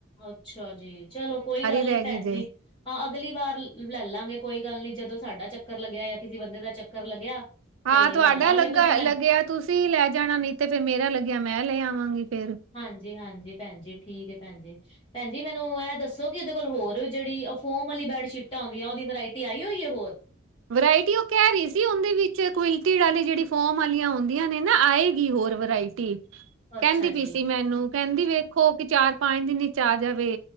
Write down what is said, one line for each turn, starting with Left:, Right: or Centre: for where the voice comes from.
Left: ਅੱਛਾ ਜੀ। ਚਲੋ ਕੋਈ ਗੱਲ
Right: ਰਹਿ
Left: ਨੀ ਭੈਣ
Right: ਗਈ
Left: ਜੀ।
Right: ਜੇ
Left: ਹਾਂ ਅਗਲੀ ਵਾਰ ਲੈ ਲਵਾਂਗੇ ਕੋਈ ਗੱਲ ਨੀ ਜਦੋਂ ਸਾਡਾ ਚੱਕਰ ਲੱਗਿਆ ਜਾਂ ਕਿਸੇ ਬੰਦੇ ਦਾ ਚੱਕਰ ਲੱਗਿਆ।
Right: ਹਾਂ,
Left: ਤੇ
Right: ਤੁਹਾਡਾ
Left: ਲੈ ਲਾਂਗੇ
Right: ਲੱਗਾ
Left: ਤੁਸੀਂ ਮੈਨੂੰ
Right: ਲੱਗਿਆ ਤੁਸੀ ਲੈ ਜਾਣਾ ਨਈ ਤੇ ਫੈਰ ਮੇਰਾ ਲੱਗਿਆ ਮੈਂ ਲੈ ਆਵਾਂਗੀ ਫੇਰ।
Left: ਹਾਂਜੀ ਹਾਂਜੀ, ਭੈਣ ਜੀ ਠੀਕ ਏ ਭੈਣ ਜੀ। ਭੈਣਜੀ ਮੈਨੂੰ ਐ ਦੱਸੋ ਕਿ ਓਹਦੇ ਕੋਲ ਹੋਰ ਜੇਹੜੀ ਅ ਫੋਮ ਵਾਲੀ ਬੈਡਸ਼ੀਟਾਂ ਹੁਂਦੀਆਂ ਓਹਦੀ ਵਰਾਇਟੀ ਆਈ ਹੋਈ ਆ ਹੋਰ।
Right: ਵਰਾਇਟੀ ਉਹ ਕਹਿ ਰਹੀ ਸੀ ਉਹਦੇ ਵਿੱਚ ਕੁਵੇਨਟੀਠ ਵਾਲੀ ਜਿਹੜੀ ਫੋਮ ਵਾਲੀ ਹੁੰਦੀਆਂ ਨੇ ਨਾ ਆਏਗੀ ਹੋਰ ਵਰਾਇ ਟੀ
Left: ਅੱਛਾ
Right: ਕਹਿੰਦੀ ਪਈ
Left: ਜੀ।
Right: ਸੀ ਮੈਨੂੰ ਕਹਿੰਦੀ ਵੇਖੋ ਕਿ ਚਾਰ ਪੰਜ ਦਿਨ ਵਿਚ ਆ ਜਾਵੇ